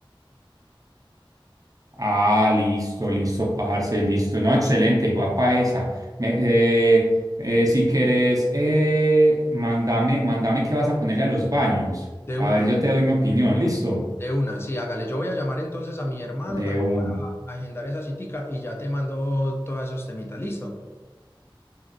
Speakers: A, on the right; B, on the left.
A: Ah, listo, listo, parce, listo. No, excelente, va pa' esa. Me- eh, eh, si querés, eh, mándame, mándame qué vas a ponerle a los baños.
B: De
A: A
B: una.
A: ver, yo te doy mi opinión, listo.
B: De una, sí, hágale. Yo voy a llamar entonces a mi hermano
A: De
B: también
A: un,
B: para agendar esa citica y ya te mando todos esos temitas. ¿Listo?